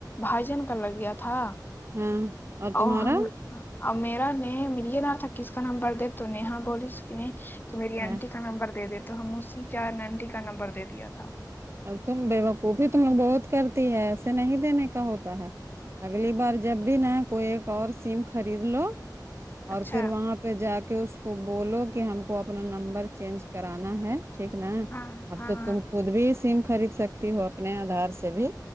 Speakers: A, on the left; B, on the right.
A: بھائیجن کا لگ گیا تھا
B: ہاں اور
A: ا
B: تمہارا
A: ہم میرا نہیں میل نہ تھا کس کا نمبر د تو ن ہا بولی اس تو میری
B: ہاں،
A: آنٹی کا نمبر دے دیتا تو ہم اسی کیا نینٹی کا نمبر دے دیا تھا
B: اب تم بےوقوفی تموگ بہت کرتی ہے ایسے نہیں دینے کا ہوتا ہے اگلی بار جب بھی نہا کوئی ایک اور سیم خرید لو اور
A: اچھا
B: پھر وہاں پہ جا کے اس کو بولو کہ ہم کو اپنا نمبر چینج کرانا ہے ٹھیک نا
A: ہاں
B: اب
A: ہاں
B: تو
A: ہاں
B: تم خود بھی سم خرید سکتی ہو اپنے آدھار سے بھی